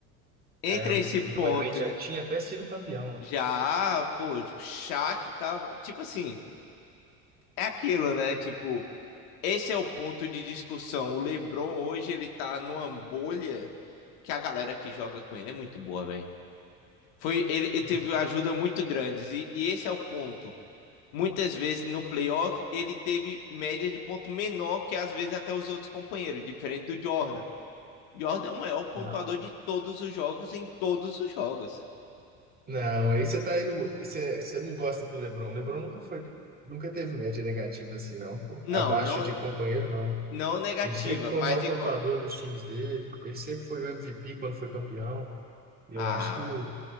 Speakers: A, on the left; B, on the right.
A: entre
B: É, o,
A: esse
B: o
A: ponto
B: Dwayne Wade já
A: hein,
B: tinha até sido campeão,
A: já,
B: né?
A: pô, o Shaq tava. Tipo assim, é aquilo, né? Tipo, esse é o ponto de discussão. O LeBron hoje ele tá numa bolha que a galera que joga com ele é muito boa, velho. Foi, ele, ele teve
B: Uhum.
A: uma ajuda muito grande. E, e esse é o ponto. Muitas vezes no playoff, ele teve média de ponto menor que às vezes até os outros companheiros, diferente do Jordan. Jordan é o maior pontuador
B: Não.
A: de todos os jogos em todos os jogos.
B: Não, aí você tá indo. Você, você não gosta do LeBron. O LeBron nunca foi. Nunca teve média negativa assim, não, pô.
A: Não,
B: Abaixo
A: não,
B: de companheiro, não.
A: não negativa,
B: Ele sempre foi
A: mas
B: o maior pontuador
A: igual.
B: dos times dele. Ele sempre foi o MVP quando foi campeão. E
A: Ah,
B: eu acho que o,
A: mas